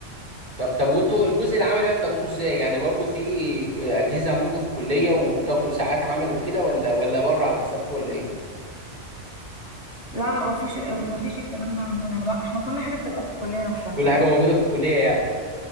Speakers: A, on the right; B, on the left.
A: طب طب وانتوا الجزء العملي بقى بتاخدوه ازاي يعني برضو في ك- اجهزة عندكم في الكلية وبتاخدوا ساعات عملي وكده ولا ولا بره على حسابكم ولا ايه
B: لا لا مفيش مفيش الكلام ده عندنا لا احنا كل حاجة بتبقى في الكلية نفسها
A: كل حاجة موجودة في الكلية يعني